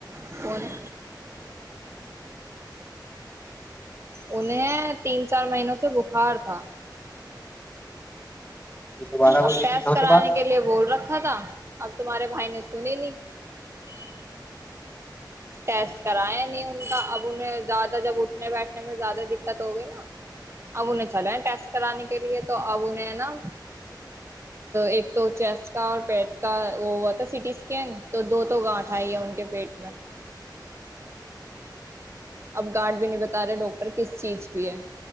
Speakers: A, on the right; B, on the left.
A: <inaudible> کوں ہے انہیں تین چار مہینوں سے بخار تھا
B: یہ دوبارہ وہی
A: ا
B: ریپیٹ
A: پیس
B: ہو
A: کرانے
B: رہی بات
A: کے لیے بول رکھا تھا <inaudible> اب تمہارے بھائی نے سنی نہیں <unintelligible> ٹیسٹ کرایا نہیں ان کا اب انہیں زیادہ جب اٹھنے بیٹھنے میں زیادہ دقت ہو گئی نا اب انہیں <unintelligible> چلے ٹیسٹ کرانے کے لیے <unintelligible> تو اب انہیں نا ایک تو چیسٹ کا اور پیٹ کا وہ ہوا تھا سٹی اسکین تو دو تو گاٹھ آئی ہے ان کے پیٹ میں <unintelligible> اب گارڈ بھی نہیں بتا رہے ڈاکٹر کس چیز کی ہے